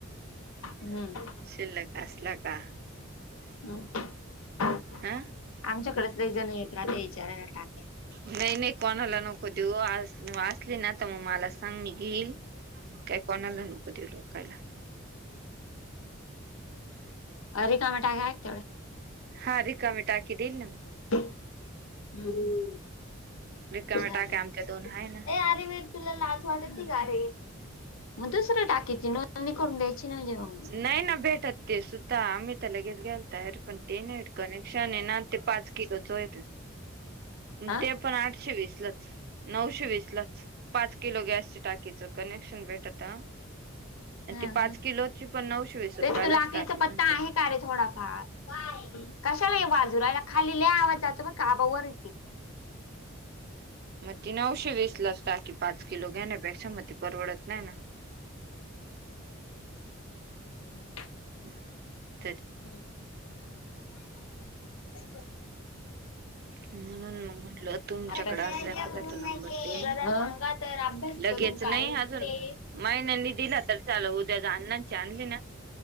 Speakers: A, on the right; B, on the left.
A: <unintelligible>
B: हम्म
A: शिल्लक असला का <unintelligible>
B: हो <unintelligible> <unintelligible> <unintelligible> <unintelligible>
A: हम
B: आमच्याकडेच लई जण येतात विचाराला टाके
A: नाही नाही कोणाला नको देऊ आसली ना तर मग मला सांग मी घेईल काय कोणाला नको देऊ लोकाला.
B: अ रिकामी टाकी हाय का
A: हा रिकामि टाकी देईल ना
B: हम्
A: रिकाम्या
B: चालेल
A: टाक्या आमच्या दोन आहे ना
B: ए अरे मी तुला लाज वाटत नही का रे मग दुसऱ्या टाकीची नोंदणी करून द्यायची ना म्हणजे मग
A: नाही ना भेटत ते सु आम्ही तर लगेच ग्यायल तयर पण ते नाही कनेक्शन आहे ना ते पाच किलोचं येत
B: हा
A: ते पण आठशे वीसलाच नऊशे वीस लाच पाच किलो गॅस टाकीच कनेक्शन भेटत आणि
B: हा
A: ती पाच किलोची पण नऊशे वीस रुपयालाच
B: वेद तूला आकलीचा
A: टाकी म्हणते
B: पत्ता आहे का रे थोडाफार काय कशाला <unintelligible> खाली लई आवाज जातो बरं का आबा वर येतील
A: मग ती नऊशे वीस लाच टाकी पाच किलो घेण्यापेक्षा मग ती परवडत नाही ना <unintelligible>
B: <inaudible>
A: <inaudible>
B: ह ह <unintelligible>
A: म्हणून मग म्हटलं तुमच्याकड
B: अभ्यास
A: असल्या
B: करून काय
A: एखादा
B: भेटत
A: नंबर दे
B: जरा अ? सांगा तर अभ्यास
A: ल
B: करून
A: घेच
B: काय
A: नाही
B: भेटते?
A: अजून महिन्यांनी दिला तर चाल उद्या अण्णाची आणली ना